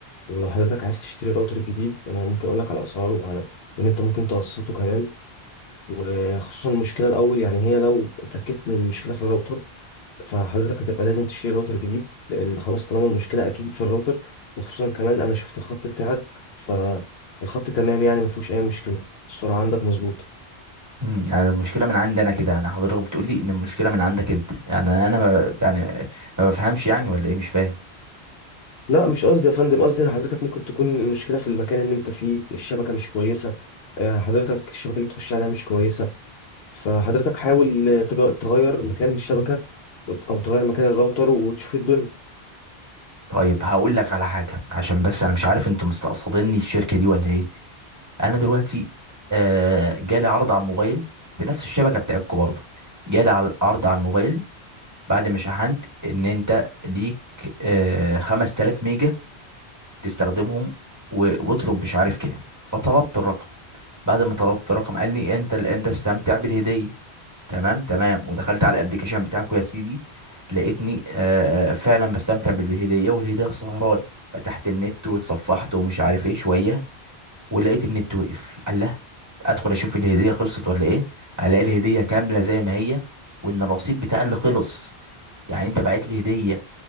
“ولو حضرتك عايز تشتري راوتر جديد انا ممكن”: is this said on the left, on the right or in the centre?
Left